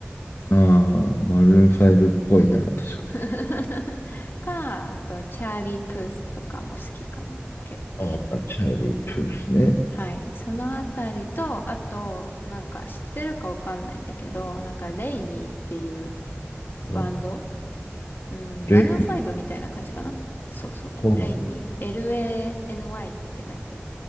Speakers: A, on the left (about 75°); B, on the left (about 55°).
A: ああ、マルーン5っぽいな、確か。
B: <laughs> か、あと、チャーリー・プースとかも好きかも。結構。
A: ああ、チャーリー・プースね。
B: はい。そのあたりと、あと、なんか知ってるかわかんないんだけど、なんか、レイニーっていう
A: うん
B: バンドうん、
A: レイ・
B: マルーンファイブみたいな感じかな。そうそう。
A: ホーム。
B: レイに LANY って書いて